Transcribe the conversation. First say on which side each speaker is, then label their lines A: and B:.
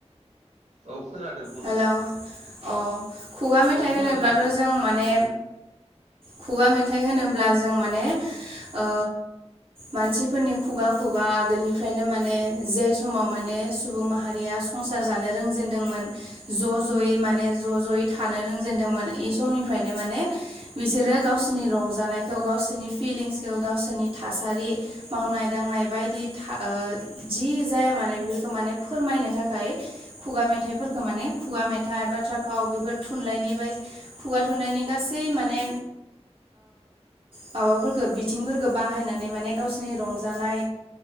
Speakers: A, on the right; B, on the right.
A: औ खोनादो बुं
B: हेलौ अ खुगा मेथाइ
A: अ खोनादो
B: होनोब्लाथ
A: दे बुं
B: जों माने खुगा मेथाइ होनोब्ला जों माने ओ मानसिफोरनि खुगा खुगा आगोलनिफ्रायनो माने जे समाव माने सुबुं माहारिया संसार जानो रोंजेनदोंमोन ज जयै माने ज जयै थानो रोंजेनदोंमोन इ समनिफ्रायनो माने बिसोरो गावसिनि रंजानायखौ गावसिनि फिलिंसखौ गावसिनि थासारि मावनाय दांनाय बायदि जि था ओ जि जाया माने बेफोरखौ माने फोरमायनो थाखाय खुगा मेथाइफोर माने खुगा मेथाइ बाथ्रा फाव बेफोर थुनलाइनि बाय खुगा थुनलाइनि गासै माने माबाफोरखो बिथिंफोरखौ बाहायनानै माने गावसोरनि रंजानाय